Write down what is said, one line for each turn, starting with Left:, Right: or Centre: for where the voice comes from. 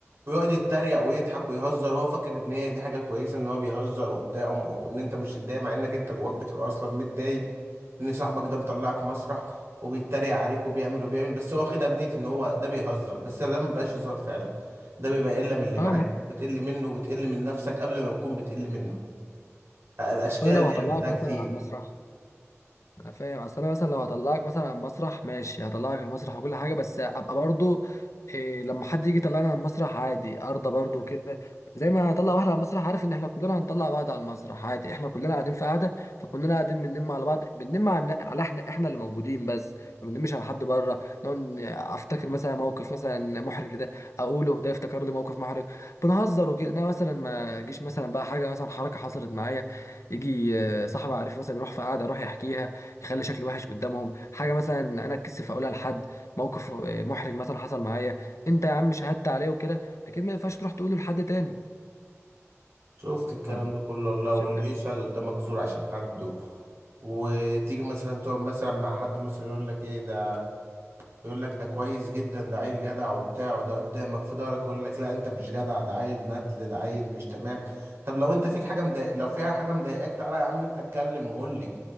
Right: ويقعد يتريق ويضحك ويهزر وهو فاكر ان هي دي حاجة كويسة ان هو بيهزر وبتاع وم- وان انت مش متضايق مع انك انت جواك بتبقى اصلا متضايق ان صاحبك ده مطلعك مسرح وبيتريق عليك وبيعمل وبيعمل بس هو واخدها بنية ان هو ده بيهزر بس ده مبيبقاش هزار فعلا ده بيبقى قلة من اللي معاك
Left: اه ما هو
Right: بتقل منه وبتقل من نفسك قبل ما تكون بتقل منه الاشكال
Left: أصل انا لو
Right: دي
Left: هطلعك
Right: عملتها
Left: مثلا
Right: كتير
Left: على المسرح انا فاهم اصل انا مثلا لو هطلعك مثلا على المسرح ماشي هطلعك على المسرح وكل حاجه بس ابقى برضو إيه لما حد يجي يطلعنا على المسرح عادي ارضى برضو كده زي ما هطلع واحد على المسرح عارف ان احنا كلنا هنطلع بعض على المسرح عادي احنا كلنا قاعدين في قعده فكلنا قاعدين بننم على بعض بننم على على احنا احنا اللي موجودين بس ما بننمش على حد بره نقعد ن- افتكر مثلا موقف مثلا محرج ده اقوله ده يفتكر لي موقف محرج بنهزر وكده انا مثلا ما اجيش مثلا بقى حاجه مثلا حركه حصلت معايا يجي آه، صاحبي عارف مثلا يروح في قعده يروح يحكيها يخلي شكلي وحش قدامهم حاجه مثلا انا اتكسف اقولها لحد موقف آه، محرج مثلا حصل معايا انت يا عم شهدت عليه وكده اكيد ما ينفعش تروح تقوله لحد تاني
Right: شفت الكلام
Left: ولا
Right: ده كله والله
Left: شايف
Right: واللي
Left: ايه
Right: يشهد قدامك زور عشان حد و... وتيجي مثلا تقعد مثلا مع حد مثلا يقول لك ايه ده يقول لك ده كويس جدا ده عيل جدع وبتاع وده قدامك في ظهرك يقول لك لا انت مش جدع ده عيل ندل ده عيل مش تمام طب لو انت فيك حاجه مضايق لو فيها حاجه مضايقاك تعالى يا عم انت اتكلم وقول لي